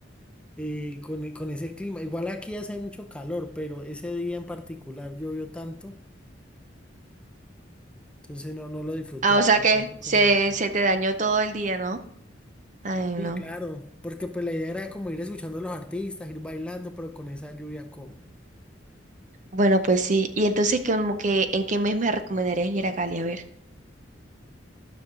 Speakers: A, in the centre; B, on the right.
A: eh, con, e- con ese clima. Igual aquí hace mucho calor, pero ese día en particular llovió tanto, entonces no, no lo disfruté,
B: Ah, o
A: la
B: sea
A: verdad,
B: que
A: así como...
B: se, se te dañó todo el día, ¿no? Ay,
A: Sí,
B: no.
A: claro, porque pues la idea era como ir escuchando a los artistas, ir bailando, pero con esa lluvia como.
B: Bueno, pues sí. Y entonces, como que, ¿en qué mes me recomendarías ir a Cali? A ver,